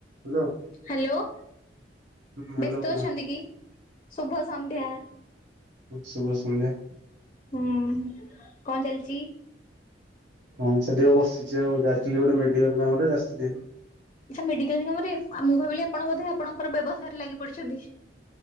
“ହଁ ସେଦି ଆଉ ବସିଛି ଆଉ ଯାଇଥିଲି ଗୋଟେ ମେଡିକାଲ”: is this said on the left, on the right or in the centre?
Right